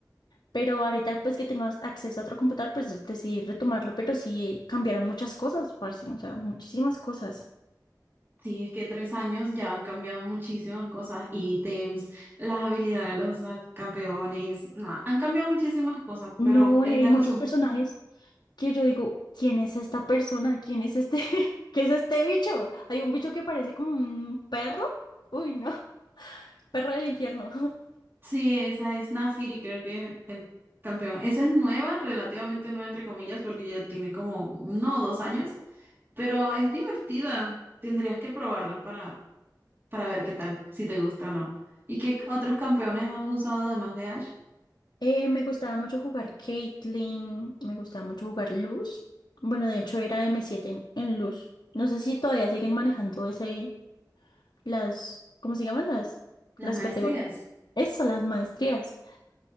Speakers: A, on the left (about 75°); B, on the right (about 30°).
A: Pero ahorita pues que tengo as- acceso a otro computador, pues decidí retomarlo, pero sí cambiaron muchas cosas, parce, o sea, muchísimas cosas.
B: Sí, es que tres años ya han cambiado muchísimas cosas, ítems, las habilidades de los ah, campeones, no, han cambiado muchísimas cosas,
A: No,
B: pero es
A: y hay
B: de acoso.
A: muchos personajes que yo digo, ¿quién es esta persona? ¿Quién es este? <laughs> ¿Qué es este bicho? Hay un bicho que parece como un perro. Uy, no, perro del infierno.
B: Sí, esa es Nafiri, creo que es el campeón. Esa es nueva, relativamente nueva, entre comillas, porque ya tiene como uno o dos años, pero es divertida. Tendrías que probarla para para ver qué tal, si te gusta o no. ¿Y qué otros campeones has usado además de Ash?
A: Eh, me gustaba mucho jugar Caitlyn, me gustaba mucho jugar Luz. Bueno, de hecho era m siete en, en Luz. No sé si todavía siguen manejando ese, las, ¿cómo se llaman? Las,
B: Las
A: las
B: maestrías.
A: categorías. Eso, las maestrías.